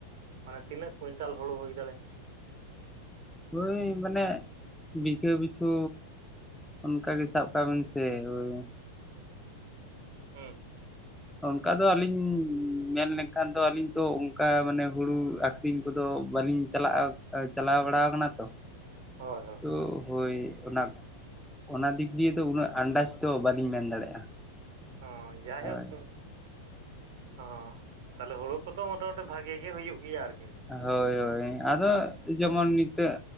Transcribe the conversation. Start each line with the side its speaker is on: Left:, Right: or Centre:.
Right: ᱢᱟᱱᱮ ᱛᱤᱱᱟᱹᱜ ᱠᱩᱭᱤᱱᱴᱟᱞ ᱦᱩᱲᱩ ᱦᱩᱭ ᱫᱟᱲᱮᱭᱟᱜᱼᱟ?
Centre: ᱳᱭ ᱢᱟᱱᱮ ᱵᱤᱜᱷᱟᱹ ᱯᱤᱪᱷᱩ ᱚᱱᱠᱟ ᱜᱮ ᱥᱟᱵ ᱠᱟᱜ ᱵᱮᱱ ᱥᱮ ᱦᱳᱭ
Right: ᱦᱮᱸ
Centre: ᱚᱱᱠᱟ ᱫᱚ ᱟᱹᱞᱤᱧ ᱢᱮᱱ ᱞᱮᱱᱠᱷᱟᱱ ᱫᱚ ᱟᱹᱞᱤᱧ ᱛᱚ ᱚᱱᱠᱟ ᱢᱟᱱᱮ ᱦᱩᱲᱩ ᱟᱹᱠᱷᱨᱤᱧ ᱠᱚᱫᱚ ᱵᱟᱹᱞᱤᱧ ᱪᱟᱞᱟᱜᱼᱟ ᱪᱟᱞᱟᱣ ᱵᱟᱲᱟ ᱠᱟᱱᱟ ᱛᱚ
Right: ᱦᱳᱭ ᱦᱳᱭ
Centre: ᱛ ᱦᱳᱭ ᱚᱱᱟ ᱚᱱᱟ ᱫᱤᱠ ᱫᱤᱭᱟᱹ ᱫᱚ ᱩᱱᱟᱹᱜ ᱟᱱᱫᱟᱡᱽ ᱫᱚ ᱵᱟᱟᱹᱞᱤᱧ ᱢᱮᱱ ᱫᱟᱲᱮᱭᱟᱜᱼᱟ
Right: ᱚ ᱡᱟᱭᱦᱳᱠ
Centre: ᱦᱳᱭ
Right: ᱚ ᱛᱟᱦᱞᱮ ᱦᱩᱲᱩ ᱠᱚᱫᱚ ᱢᱚᱴᱟ ᱢᱩᱴᱤ ᱵᱷᱟᱜᱤ ᱜᱮ ᱦᱩᱭᱩᱜ ᱜᱮᱭᱟ ᱟᱨᱠᱤ
Centre: ᱦᱳᱭ ᱦᱳᱭ ᱟᱫᱚ ᱡᱮᱢᱚᱱ ᱱᱤᱛᱚᱜ